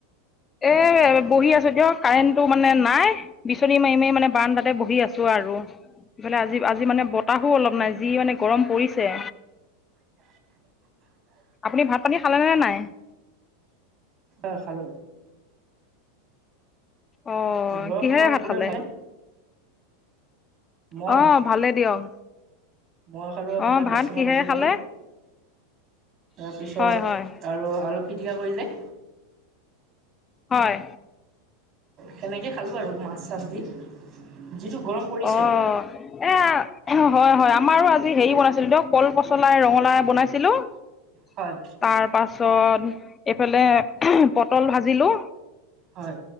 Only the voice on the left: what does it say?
এ বহি আছো দিয়ক কাৰেণ্টটো মানে নাই বিচনী মাৰি মাৰিই মানে বাৰান্দা তে বহি আছো আৰু। ইফালে আজি-আজি মানে বতাহো অলপ নাই যি মানে গৰম পৰিছে।
আপুনি ভাত পানী খালেনে নাই
অ
'কিহেৰে
ভাত খালে
অ' ভালেই দিয়ক।
অঁ
ভাত কিহেৰে
খালে
হয় হয়
হয়
অ' এ হয়-হয় আমাৰো আজি হেৰি বনাইছিলো দিয়ক কল পচলাই ৰঙালাও বনাইছিলো তাৰপাছত
তাৰ পিছত এইফালে পটল ভাজিলো